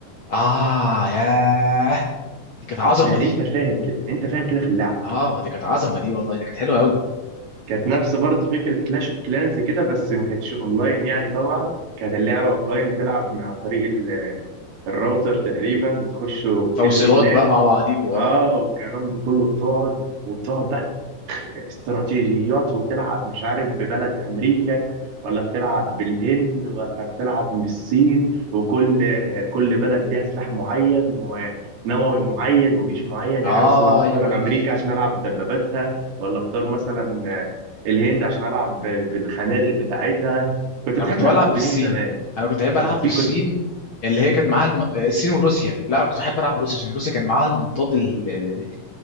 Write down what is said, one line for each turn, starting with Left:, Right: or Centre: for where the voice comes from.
Left: اه ياه دي كانت عظمه
Right: فاهم أنت
Left: دي
Right: فاهم كده أنت فاهم كده في اللعب
Left: اه دي كانت عظمه دي والله دي كانت حلوه قوي
Right: كانت نفس برضه فكرة كلاش اوف كلانز كده بس ما كانتش اونلاين يعني طبعا كانت اللعبة اوفلاين بتلعب م- عن طريق ال- الراوتر تقريبا بتخش ال-
Left: توصيلات
Right: لان
Left: بقى مع بعضيكوا
Right: اه
Left: اه
Right: والكلام ده كله بتقعد وبتقعد بقى استراتيجيات وبتلعب مش عارف ببلد امريكا ولا بتلعب بالهند ولا بتلعب بالصين وكل كل بلد ليها سلاح معين ونووي معين وجيش معين
Left: اه
Right: يعني أنا مثلا اختار
Left: ايوه ايوه
Right: امريكا عشان العب بدباباتها ولا اختار مثلا الهند عشان العب ب- بالخنادق بتاعتها كنت
Left: انا
Right: بتحب
Left: كنت
Right: تلعب
Left: بلعب بالصين
Right: بمين زمان
Left: انا كنت بحب العب
Right: بالصين
Left: بالصين
Right: كنت
Left: اللي هي كانت معاها الم... الصين وروسيا لا كنت احب العب روسيا عشان روسيا كان معاها المنطاد ال... ال...